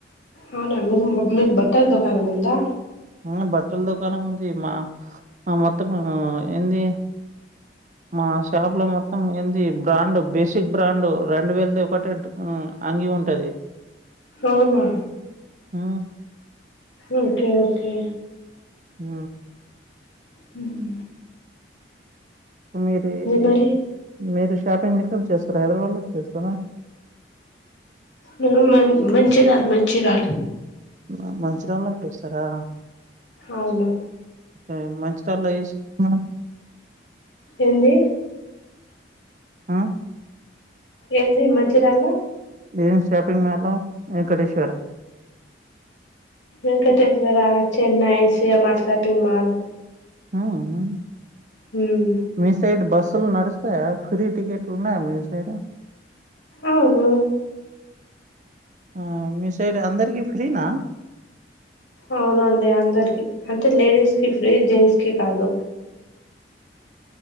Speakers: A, on the left; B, on the right.
A: అవునా అండి మీక్ బట్టల్ దుకానముందా
B: ఆఁ బట్టల్ దుకాణం ఉంది మా మమొత్తమూ ఏందీ ఉ మా షాప్ లో మొత్తము ఏందీ బ్రాండు, బేసిక్ బ్రాండు రెండు వేల్ది ఒకటే అంగ్ మీ ఉంటదీ
A: ఔనా
B: ఆ
A: ఓకే ఓకే
B: ఆ
A: హుమ్
B: మీరీ ఏ
A: మరి
B: మీరుష్ షాపింగ్ ఎక్కడ చేస్తరా, హైదరాబాద్లో చేస్తరా?
A: మేం మన్ మంచిర్యాల మంచిర్యాల
B: ఆ మంచిర్యాళ్ళో చేస్తరా?
A: ఔను
B: ఏం మంచి కార్లో ఏసీ మా
A: ఏందీ
B: ఆ
A: ఏందీ మంచిర్యాల్ల
B: ఏం షాపింగ్ మాల్లో Venkateshwara
A: Venkateswara, Chennai, CM R shopping mall
B: ఊ ఊ
A: హ్మ్
B: మీసైడ్ బస్ స్సుల్ నడుస్తయా, ఫ్రీ టికెట్లున్నయా మీ సైడు?
A: ఔను
B: ఆ మీసైడ్ అందర్కీ ఫ్రీనా?
A: ఔనండీ అందర్కీ అంటే లేడీస్ కి ఫ్రీ, జెంట్స్ కి కాదు.